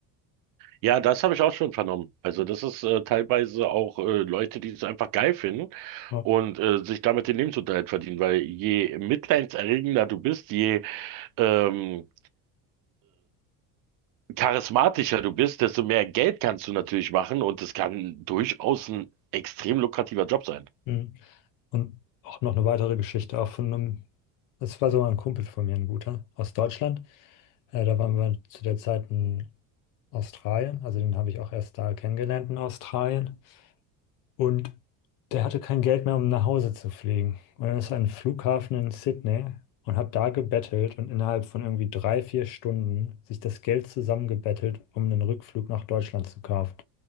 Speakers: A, on the right (about 55°); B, on the left (about 55°).
A: Ja, das habe ich auch schon vernommen. Also das ist äh, teilweise auch äh, Leute, die es einfach geil finden
B: Ja.
A: und äh, sich damit den Lebensunterhalt verdienen, weil je mitleidserregender du bist, je ähm, charismatischer du bist, desto mehr Geld kannst du natürlich machen und es kann durchaus ein extrem lukrativer Job sein.
B: Mhm. Und auch noch eine weitere Geschichte, auch von einem, das war sogar ein Kumpel von mir, ein guter, aus Deutschland. Äh, da waren wir zu der Zeit in Australien, also den habe ich auch erst da kennengelernt in Australien. Und der hatte kein Geld mehr, um nach Hause zu fliegen. Und dann ist er an den Flughafen in Sydney und hat da gebettelt und innerhalb von irgendwie drei, vier Stunden sich das Geld zusammengebettelt, um einen Rückflug nach Deutschland zu kaufen.